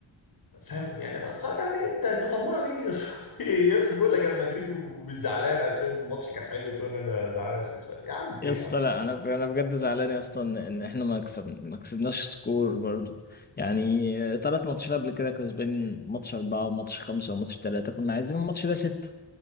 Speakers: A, on the left; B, on the left.
A: فاهم يعني خ- يعني انت انت طماع ليه يا اسطى <laughs> يا اسطى بقول لك انا مدريدي ومش زعلان عشان الماتش كان حلو تقول انا زعلان عشان مش عارف. يا عم في
B: يا
A: إيه
B: اسطى
A: يا عم
B: لا انا انا بجد زعلان يا اسطى ان إن احنا ما كسب ما كسبناش سكور برضو يعني ثلاث ماتشات قبل كده كسبان ماتش أربعة وماتش خمسة وماتش ثلاثة كنا عايزين الماتش ده ستة